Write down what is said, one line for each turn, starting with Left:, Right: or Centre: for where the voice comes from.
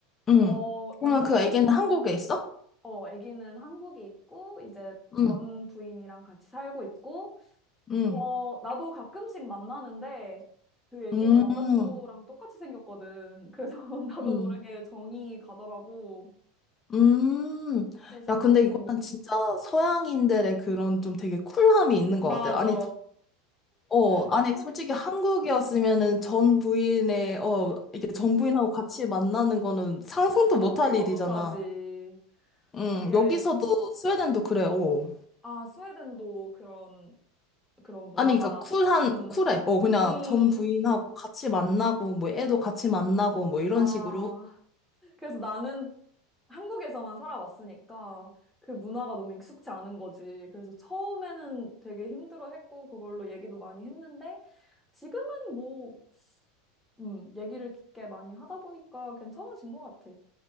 Left: 응.
Centre: 어,
Left: 그러면
Centre: 남자친구,
Left: 그 애기는 한국에 있어?
Centre: 어, 아기는 한국에 있고, 이제 전
Left: 응,
Centre: 부인이랑 같이 살고 있고,
Left: 응,
Centre: 어, 나도 가끔씩 만나는데 그 애기가
Left: 응
Centre: 남자친구랑 똑같이 생겼거든. 그래서 <laughs> 나도
Left: 응
Centre: 모르게 정이 가더라고.
Left: 응
Centre: 그래서,
Left: 야, 근데 이거는
Centre: 어,
Left: 진짜 서양인들의 그런 좀 되게 쿨함이 있는 것
Centre: 맞아.
Left: 같아. 아니, 어,
Centre: <laughs>
Left: 아니, 솔직히 한국이었으면은 전 부인의, 어, 이게 전 부인하고 같이 만나는 거는 상상도
Centre: 상상도
Left: 못할 일이잖아.
Centre: 못하지.
Left: 응,
Centre: 이게,
Left: 여기서도 스웨덴도 그래, 어.
Centre: 아, 스웨덴도 그런, 그런 문화가,
Left: 아니, 그러니까 쿨한,
Centre: 음,
Left: 쿨해. 어, 그냥
Centre: 음,
Left: 전 부인하고 같이 만나고, 뭐, 애도 같이 만나고, 뭐, 이런
Centre: 와.
Left: 식으로.
Centre: 그래서 나는 한국에서만 살아왔으니까 그 문화가 너무 익숙치 않은 거지. 그래서 처음에는 되게 힘들어했고 그걸로 얘기도 많이 했는데 지금은 뭐 음, 얘기를 깊게 많이 하다 보니까 괜찮아진 것 같아.